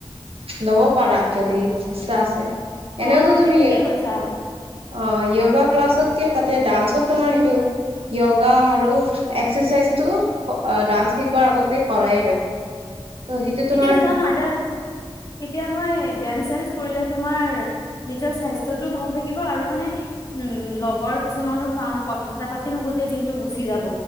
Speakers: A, on the right; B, on the left.
A: ল'ব পাৰা যৰি ইচ্ছা আছে
B: অ
A: এনেওতো
B: তুমি
A: তুমিয
B: ঠিকে
A: য়
B: কৈছা
A: অ য়োগা ক্লাছতকে তাতে ডান্সত তোমাৰ সেইটো। য়োগা, আৰু এক্সাৰচাইজ, টো ডান্স শিকোৱাৰ আগতে কৰাই লয়। ত সেইটো তোমাৰ।
B: এতিয়া চোৱা না এতিয়া এতিয়া মই ডেন্স- চেন্স কৰিলে তোমাৰ নিজৰ স্বাস্থ্যতটোও ভাল থাকিব। আৰু মানে উম লগৰ কিছুমানো পাম কথা চথা পাতিম গোটেই দিনটো গুচি যাব।